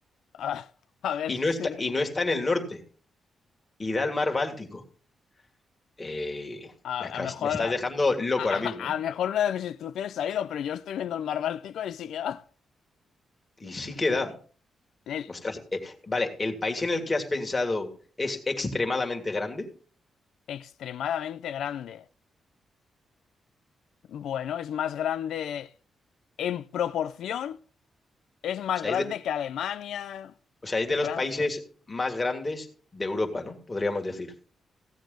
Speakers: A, on the left; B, on the left.
A: A, a ver
B: Y
A: si.
B: no está, y no está en el norte. Y da al mar Báltico. Eh,
A: A,
B: me
A: a
B: acabas-
A: lo mejor.
B: me estás
A: A,
B: dejando loco
A: a-
B: ahora mismo.
A: a lo mejor una de mis instrucciones ha ido, pero yo estoy viendo el mar Báltico y sí que va.
B: Y sí que da.
A: El-
B: Ostras, eh, vale, ¿el país en el que has pensado es extremadamente grande?
A: extremadamente grande. Bueno, es más grande. en proporción es más
B: O sea,
A: grande
B: es de,
A: que Alemania,
B: o sea, es
A: que
B: de los
A: Francia.
B: países más grandes de Europa, ¿no? Podríamos decir.